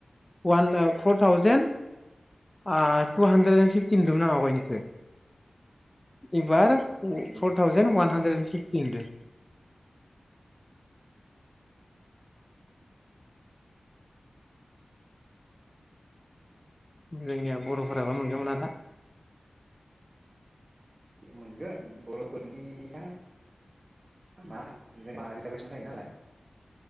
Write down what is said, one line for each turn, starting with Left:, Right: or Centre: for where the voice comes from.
Left: वान ओ फर थावजेन। आ two hundred and fifty नुदोमोन आं गावगायनिखो। इबार औ
Right: um
Left: four thousand one hundred and fifty नुदो। जोंनिया बरफोराबा मोनगोनना मोना दा।
Right: मोनगोन बरफोरनिया मा जेनेबा रिजारभेसन थायो नालाय